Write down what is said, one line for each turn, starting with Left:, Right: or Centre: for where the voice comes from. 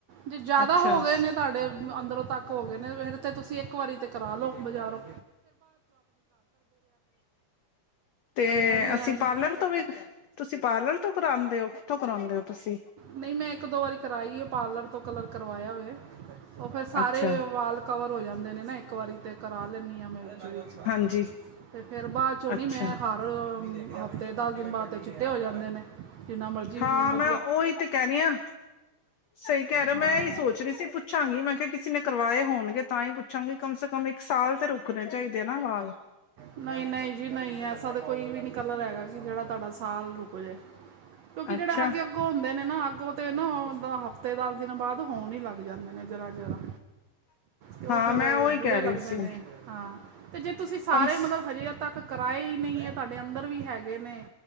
Right: ਜੇ ਜ਼ਿਆਦਾ
Left: ਅੱਛਾ
Right: ਹੋ ਗਏ ਨੇ ਤੁਹਾਡੇ ਅੰਦਰੋਂ ਤੱਕ ਹੋ ਗਏ ਨੇ ਫਿਰ- ਤੇ ਤੁਸੀਂ ਇੱਕ ਵਾਰੀ ਤੇ ਕਰਾ ਲੋਓ ਬਜ਼ਾਰੋਂ।
Left: ਤੇ
Right: ਮੈਂ ਵੀ
Left: ਅਸੀਂ
Right: ਐਵੇਂ
Left: ਪਾਰਲਰ ਤੋਂ ਵੀ- ਤੁਸੀਂ ਪਾਰਲਰ ਤੋਂ ਕਰਾਉਦੇ ਹੋ? ਕਿਥੋ ਕਰਾਉਂਦੇ ਹੋ ਤੁਸੀ?
Right: ਨਹੀਂ ਮੈਂ ਇੱਕ ਦੋ ਵਾਰੀ ਕਰਾਈ ਹੈ ਪਾਰਲਰ- ਤੋਂ ਕਲਰ ਕਰਵਾਇਆ ਵੇ, ਉਹ ਫੇਰ ਸਾਰੇ
Left: ਅੱਛਾ
Right: ਵਾਲ- ਕਵਰ ਹੋ ਜਾਂਦੇ ਨੇ ਨਾ ਇੱਕ ਵਾਰੀ ਤੇ ਕਰਾ ਲੈਂਦੀ ਹਾਂ ਮੈਂ ਵਿਚ ਵਿਚ,
Left: ਹਾਂਜੀ
Right: ਤੇ ਫੇਰ ਬਾਅਦ ਚੋਂ
Left: ਅੱਛਾ
Right: ਨੀ ਮੈਂ ਹਰ ਹਫ਼ਤੇ ਦਸ ਦਿਨ ਬਾਅਦ ਤੇ- ਚਿੱਟੇ ਹੋ ਜਾਂਦੇ ਨੇ, ਜਿੰਨਾ ਮਰਜ਼ੀ ਵ
Left: ਹਾਂ ਮੈਂ ਉਹੀ ਤੇ ਕਹਿ ਰਹੀ ਹਾਂ, ਸਹੀ ਕਹਿ ਰਿਹੇ
Right: ਹਾਂ
Left: ਮੈਂ ਹੀ ਸੋਚ- ਪੁੱਛ ਰਹੀ ਸੀ ਪੁੱਛਾਂਗੀ ਮੈਂ ਕਿਹਾ ਕਿਸੇ ਨੇ ਕਰਵਾਏ ਹੋਣਗੇ ਤਾਂ ਹੀ ਪੁੱਛਾਂਗੀ ਕਮ ਸੇ ਕਮ- ਕਮ ਇੱਕ ਸਾਲ ਤੇ ਰੁਕਣੇ ਚਾਹੀਦੇ ਨਾ ਵਾਲ।
Right: ਨਹੀਂ-ਨਹੀਂ ਜੀ ਨਹੀਂ ਐਸਾ ਤਾਂ ਕੋਈ ਵੀ ਨਹੀਂ ਕਲਰ ਹੈਗਾ ਕਿ ਜਿਹੜਾ ਤੁਹਾਡਾ ਸਾਲ ਰੁਕ ਜਾਵੇ। ਕਿਉਂਕਿ
Left: ਅੱਛਾ
Right: ਜਿਹੜੇ ਅੱਗੇ-ਅੱਗੋਂ ਹੁੰਦੇ ਨੇ ਨਾ ਅੱਗੋਂ ਤੇ ਨਾ ਹਫਤੇ ਦਸ ਦਿਨ ਬਾਅਦ- ਹੋਣ ਹੀ ਲੱਗ ਜਾਂਦੇ ਨੇ ਜ਼ਰਾ-ਜ਼ਰਾ। ਤੇ ਉਹ
Left: ਹਾਂ
Right: ਫੇਰ
Left: ਮੈਂ ਉਹੀ
Right: ਬੁਰੇ
Left: ਕਹਿ
Right: ਲੱਗਦੇ
Left: ਰਹੀ ਸੀ
Right: ਨੇ, ਹਾਂ। ਜੇ ਤੁਸੀਂ ਸਾਰੇ
Left: ਕਮ ਸ-
Right: ਮਤਲਬ ਹਜੇ ਤੱਕ ਕਰਾਏ ਹੀ ਨਹੀਂ ਹੈ ਤੁਹਾਡੇ ਅੰਦਰ ਵੀ ਹੈਗੇ ਨੇ-